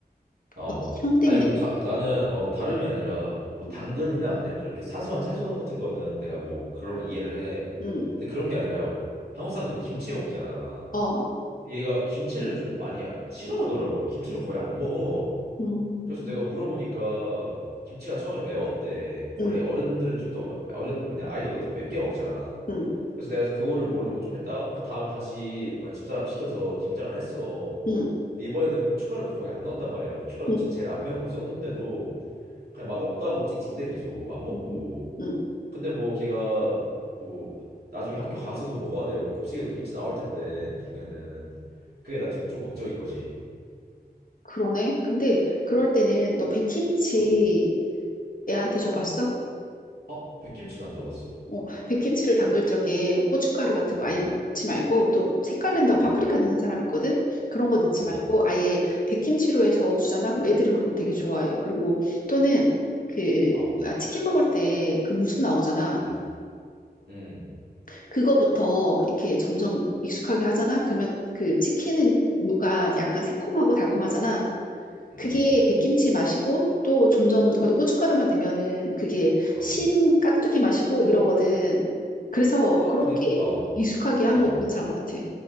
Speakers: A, on the right; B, on the left.
A: 어.
B: 어떤 향 때문에
A: 아니, 그, 다, 나는, 어, 다름이 아니라, 뭐, 뭐
B: 음,
A: 당근이나 그냥 그렇게 사소한 채소 같은 거는 내가 뭐, 그러면 이해를 해.
B: 음,
A: 근데 그런 게 아니라, 한국 사람들 이 김치 먹잖아.
B: 어,
A: 근데 얘가 김치를 좀 많이 아- 싫어하더라고. 김치를 거의 안 먹어.
B: 음,
A: 그래서 내가 물어보니까, 김치가 처음에 매웠대. 그
B: 음,
A: 원래 어른들은 좀 더, 어른, 뭐냐, 아이들보다 더 맵게 먹잖아.
B: 음,
A: 그래서 내가 그거를 모르고 좀 했다가, 그 다음에 다시, 뭐냐, 집사람 시켜서 김장을 했어.
B: 음,
A: 근데 이번에는 고춧가루도 거의 안 넣었단 말이야. 고춧가루도
B: 음.
A: 진짜 제일 안 매운 거 썼는데도 그냥 맛 없다고 찡찡대 계속 안 먹고.
B: 음, 음,
A: 근데 뭐 걔가 뭐 나중에 학교 가서도 먹어야 되고 급식에도 김치 나올 텐데 나중에는 그게 난 지금 좀 걱정인 거지.
B: 그러네. 근데 그럴 때는 너 백김치
A: 어,
B: 애한테 줘봤어?
A: 어, 백김치도 안 줘봤어.
B: 어, 백김치를 담글 적에 고춧가루 같은
A: 음,
B: 거 아예 넣지 말고 또 색깔 낸다고
A: 음,
B: 파프리카 넣는 사람 있거든? 그런 거 넣지
A: 음,
B: 말고 아예 백김치로 해서 주잖아? 그럼 애들은 그거 되게 좋아해. 그리고 또는 그
A: 어,
B: 아, 치킨 먹을 때 그 무수 나오잖아.
A: 음, 음,
B: 그거부터 이렇게 점점 익숙하게 하잖아? 그러면 그 치킨은 무가 약간 새콤하고 달콤하잖아.
A: 음,
B: 그게 백김치 맛이고 또 점점 거기다 고춧가루만 넣으면은 그게
A: 어.
B: 신 깍두기 맛이고 이러거든. 그래서
A: 아,
B: 그렇게
A: 근데 어,
B: 익숙하게 하는
A: 어.
B: 것도 괜찮을 것 같아.